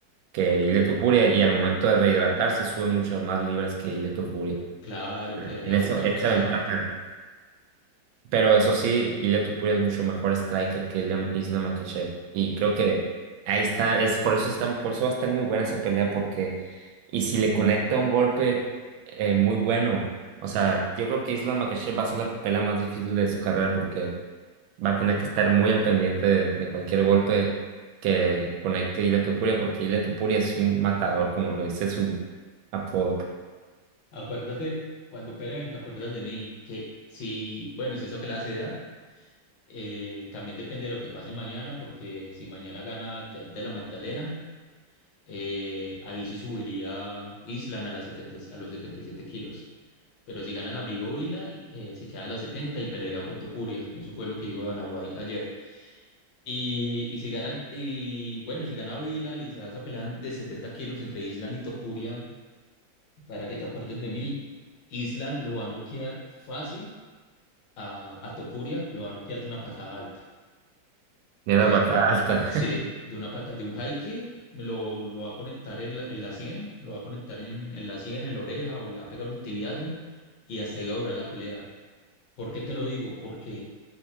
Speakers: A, on the right (about 85°); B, on the left (about 70°).
A: que Ilia Topuria y al momento de rehidratarse sube muchas más libras que Ilia Topuria.
B: Claro, quedaría
A: En eso,
B: súper
A: esa
B: pesado.
A: ventaja. Pero eso sí, Ilia Topuria es mucho mejor striker que Ilem- Islam Makhachev. Y creo que ahí está, es por eso está, por eso va a estar muy buena esa pelea, porque y si le conecta un golpe eh, muy bueno, o sea, yo creo que Islam Makhachev va a ser la pelea más difícil de su carrera porque va a tener que estar muy al pendiente de, de cualquier golpe que conecte Ilia Topuria, porque Ilia Topuria es un matador, como lo dice su apodo,
B: Acuérdate, cuando peleen, te acuerdas de mí, que si, bueno, si esa pelea se da, eh, también depende de lo que pase mañana, porque si mañana gana Jack de la Magdalena. eh, ahí sí subiría Island a, las 70 y- a los 77 kilos. Pero si gana el amigo Bilal, eh, se quedan las 70 y pelea con Topuria. Eso fue lo que dijo Dana ayer. Y, y si gana, y bueno, si gana Bilal y se hace esa pelea de 70 kilos entre Island y Topuria, para que te acuerdes de mí, Island lo va a noquear fácil a, a Topuria, lo va a noquear de una patada alta.
A: de
B: De
A: la patada alta.
B: Sí,
A: <laughs>
B: de una pata, de un high kick, lo, lo va a conectar en la, en la sien, lo va a conectar en, en la sien, en la oreja, o le va a pegar un tibiazo, y hasta ahí va a durar la pelea. ¿Por qué te lo digo? Porque